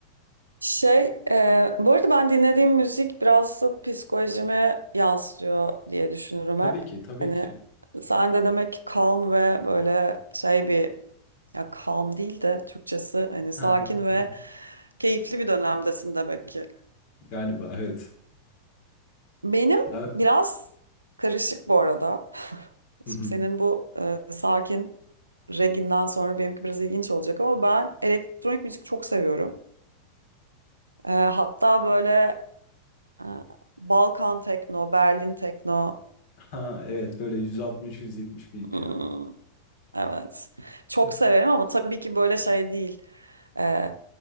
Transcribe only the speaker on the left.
Tabii ki, tabii
ki.
<laughs>
Galiba evet.
Ya
<laughs>
Ha evet böyle 160-170 BPM.
<laughs>